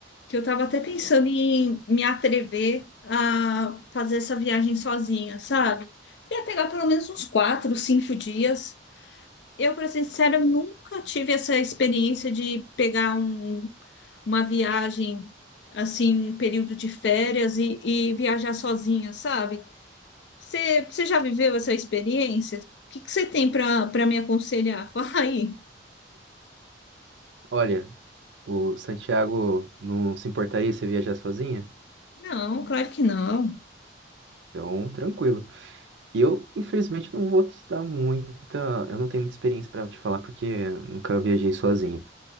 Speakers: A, on the left; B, on the right.
A: que eu tava até pensando em me atrever a fazer essa viagem sozinha, sabe? Queria pegar pelo menos uns quatro, cinco dias. Eu, para ser sincera, nunca tive essa experiência de pegar um uma viagem assim, um período de férias e, e viajar sozinha, sabe? Você, você já viveu essa experiência? O que que você tem para para me aconselhar? <laughs> Fala aí.
B: Olha, o Santiago não se importaria se viajar sozinha?
A: Não, claro que não.
B: Então, tranquilo. Eu, infelizmente, não vou te dar muita. Eu não tenho muita experiência para te falar porque eu nunca viajei sozinho.